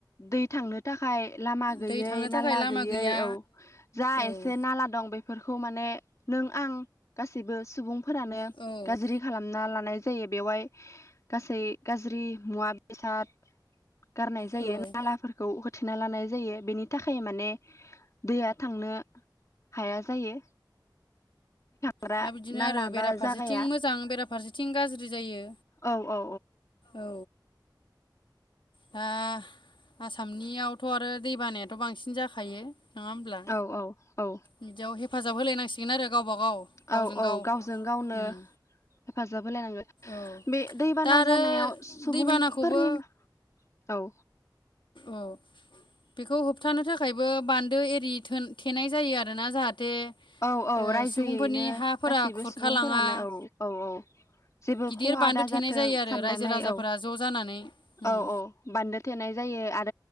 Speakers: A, on the left; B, on the left.
A: दै थांनो थाखाय लामा गैयै
B: दै थांनो थाखाय
A: नाला
B: लामा
A: गैयै
B: गैया
A: औ जा
B: औ
A: एसे नाला दं बे बेफोरखौ माने नों आं गासैबो सुबुंफोरानो
B: औ
A: गाज्रि खालामना ला नाय जायो बेवहाय गासै गाज्रि मुवा बेसाद गारनाय जायो
B: औ
A: नालाफोरखौ होथेना लानाय जायो बेनि थाखाय माने दैया थांनो हाया जायो ग्रा
B: दा बिदिनो
A: नाला
B: आरो बेराफारसेथिं
A: बा जागाया
B: मोजां बेराफारसेथिं गाज्रि जायो
A: औ औ
B: औ दा आसामनियावथ' आरो दै बानायाथ' बांसिन जाखायो नङा होमब्ला
A: औ औ औ
B: बिदियाव हेफाजाब होलायनांसि गोन आरो गाव गावजों
A: औ औ
B: गाव
A: गावजों गावनो
B: उम
A: हेफाजाब होलायनांगोन
B: औ
A: बे दैबाना
B: दा आरो
A: जानायाव सुबुंफोरनि
B: दैबानाखौबो
A: औ
B: औ बेखौ होबथानो थाखायबो बान्दो एरि थेनाय जायो आरोना जाहाथे
A: औ औ
B: ओ
A: रायजोयैनो
B: सुबुंफोरनि हाफोरा
A: गासैबो
B: खुरखालाङा
A: सुबुंफोरानो औ औ औ जेबो
B: गिदिर
A: खहा
B: बान्दो
A: दा
B: थेनाय
A: जाथों
B: जायो आरो
A: साननानै
B: रायजो राजाफोरा
A: औ
B: ज' जानानै उम
A: औ औ बान्दो थेनाय जायो आरो